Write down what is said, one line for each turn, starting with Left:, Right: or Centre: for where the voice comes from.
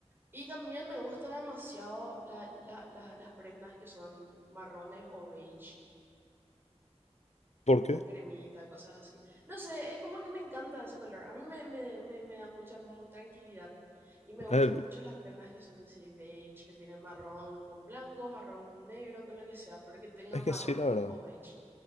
Right: Y también me gusta demasiado la- la- la- las prendas que son marrones o beige.
Left: ¿Por
Right: como
Left: qué?
Right: cremita, cosas así. No sé, es como que me encanta ese color. A mí me, me, me, me da mucha como tranquilidad. Y me gustan
Left: Eh,
Right: mucho las prendas que son así beige, que tienen marrón con blanco, marrón con negro, con lo que sea, pero que tengan
Left: es
Right: marrón
Left: que sí, la verdad.
Right: o beige.